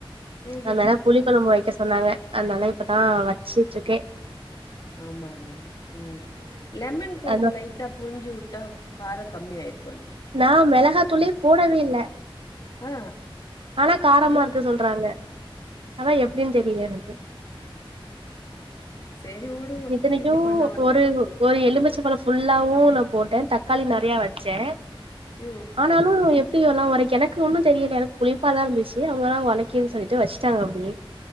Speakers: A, on the left (about 45°); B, on the right (about 75°).
A: ம்
B: அதனால
A: ம் ம்
B: புளி
A: ம்
B: குழம்பு வைக்க சொன்னாங்க அதுனால இப்பதா வச்சுட்டுருக் கே
A: ஆமாவா ம் லெமன் கொஞ்சோ
B: அதா
A: லைட்டா புழிஞ்சுவுட்டா கார கம்மியாயிரு
B: நா மெளகா துளே போடவே இல்ல
A: ஆ
B: ஆனா காரமா
A: ஓ
B: இருக்கு சொல்றாங்க அதா எப்டினு தெரில எனக் கு
A: செரி வுடுங்கோ
B: இத்தனைக்கு
A: இப்டி பண்ணா ஒன்னு
B: ஒரு ஒரு எலுமச்ச பழ ஃபுல்லாவு நா போட்டே தக் காளி நெறைய வெச்சே
A: ம்
B: ஆனாலு எப் டி எல்லா ஒறைக்கு எனக்கு ஒன்னு தெரியல எனக்கு புளிப்பாதா இருந்துச்சு அவங்கதா ஒறைக் குன் சொல்லிட்டு வச்சுட்டாங்க அப்டியே